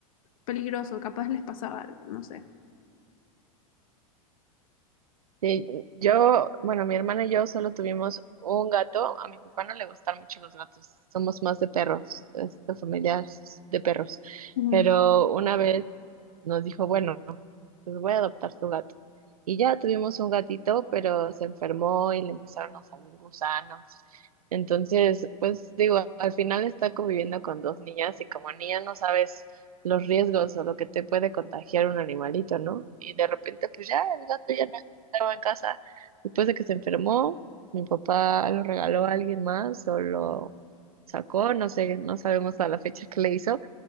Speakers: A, on the left; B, on the right.
A: peligroso, capaz les pasaba algo, no sé.
B: Sí, yo, bueno, mi hermana y yo solo tuvimos un gato. A mi papá no le gustan mucho los gatos. Somos más de perros. Esta familia es de perros.
A: Ujú,
B: Pero una vez nos dijo, bueno. pues voy a adoptar su gato. Y ya tuvimos un gatito, pero se enfermó y le empezaron a salir gusanos. Entonces, pues digo, al final está conviviendo con dos niñas y como niña no sabes los riesgos o lo que te puede contagiar un animalito, ¿no? Y de repente, pues ya el gato ya no estaba en casa. Después de que se enfermó, mi papá lo regaló a alguien más o lo sacó, no sé, no sabemos a la fecha que le hizo,